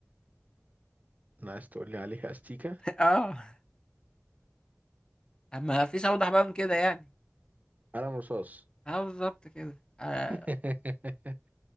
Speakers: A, on the right; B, on the left.
A: ناقص تقولي عليها أستيكة
B: <laughs> اه ما فيش اوضح بقى من كده يعني
A: قلم رصاص
B: اه بالظبط كده آه،
A: <laughs>